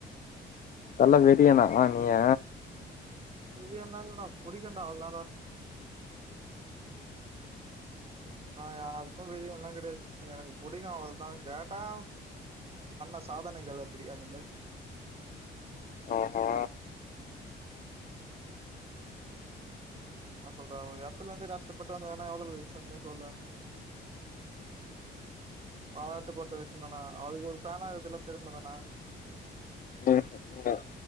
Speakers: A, on the left; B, on the right.
A: தல வெறியானா நீங்க
B: வெறியன்லா இல்லடா புடிக்கு டா அவ்ளதா டா நா யாருக்கு வெறியன்லா கெடையாது எனக்கு புடிக்கு அவ்ளதா கேட்டா பண்ண சாதனைகள் அப்டி அது மேரி
A: ஆஹா
B: ன்னா சொல்றே ஒரு எத்துலேந்து கஷ்டப்பட்டு வந்ததுன்னா எவ்ளோ பெரிய விஷ்யோ நீயே சொல்லு பாராட்ட பட்ட விஷ்யோ தானா அவருக்கு ஒரு ஃபேனா இருக்கதுலா பெரும தானா
A: ம் ம்